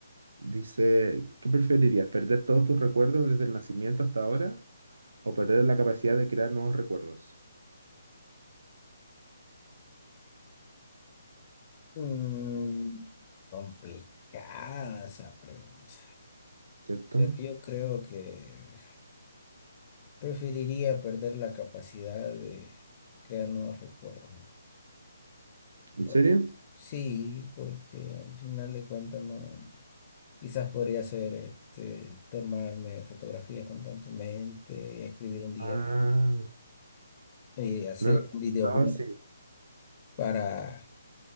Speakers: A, on the right; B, on the left.
A: Dice, ¿qué preferirías? ¿Perder todos tus recuerdos desde el nacimiento hasta ahora? ¿O perder la capacidad de crear nuevos recuerdos?
B: Mm, complicada esa pregunta.
A: ¿Cierto?
B: Pero yo creo que preferiría perder la capacidad de crear nuevos recuerdos. ¿no?
A: ¿En
B: Bueno,
A: serio?
B: sí, porque al final de cuentas no. Quizás podría ser este, tomarme fotografías constantemente, escribir un día,
A: Ah,
B: eh, hacer
A: no, no,
B: un videoblog
A: no, sí.
B: para